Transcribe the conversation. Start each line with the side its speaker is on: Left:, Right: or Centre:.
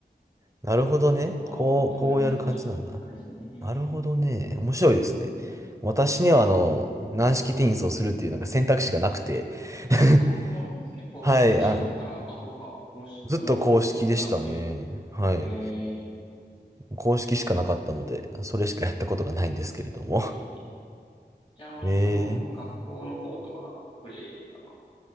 Right: なるほどね。
Left: だからもうそれ難しかったですね。
Right: こう、こうやる感じなんだ。なるほどね。面白いですね。私には、
Left: えー
Right: あの、軟式テニスをするっていうなんか選択肢がなくて。<laughs>
Left: あ、そうなんですね。公式、
Right: はい、
Left: え、中学から、
Right: あ、
Left: あ、そっか、公式、
Right: ずっと公式でしたね。
Left: あの、学校のクラブで。
Right: はい。
Left: えー、
Right: 公式しかなかったので、それしかやったことがないんですけれども。
Left: えーちなみに、
Right: <laughs> えー。
Left: その、学校のコートはプレーでしたか